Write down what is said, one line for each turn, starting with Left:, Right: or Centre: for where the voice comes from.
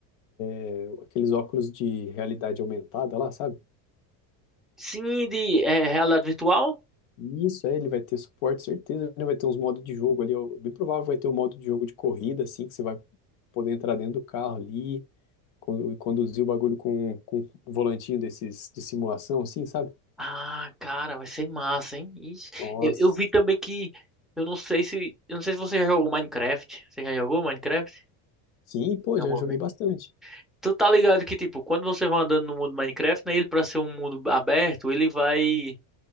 Left: é, aqueles óculos de realidade aumentada lá, sabe?
Centre: Sim, de é, realidade virtual?
Left: Isso, é, ele vai ter suporte, certeza, né? Vai ter uns modos de jogo ali, ó, bem provável vai ter um modo de jogo de corrida, assim, que você vai poder entrar dentro do carro ali con- e conduzir o bagulho com, com um volantinho desses de simulação, assim, sabe?
Centre: Ah, cara, vai ser massa, hein? Ixi,
Left: Nossa,
Centre: Eu, eu vi também que. Eu não sei se. Eu não sei se você já jogou Minecraft. Você já jogou Minecraft?
Left: sim, pô,
Centre: Alguma
Left: já joguei
Centre: vez?
Left: bastante.
Centre: Tu tá ligado que, tipo, quando você vai andando no mundo Minecraft, né? Ele, pra ser um mundo aberto, ele vai.